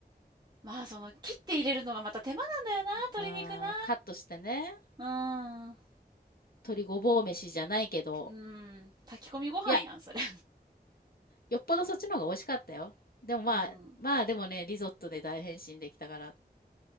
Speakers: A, on the right (about 25°); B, on the left (about 65°).
A: まあその、切って入れるのがまた手間なんだよな、鶏肉な。
B: あー、カットしてね。
A: うーん。う
B: 鶏ごぼう飯じゃないけど。
A: ーん。炊き込みご飯やん、
B: いや、
A: それ。
B: よっぽどそっちの方が美味しかったよ。でもまあ、
A: うん。
B: まあでもね、リゾットで大変身できたから、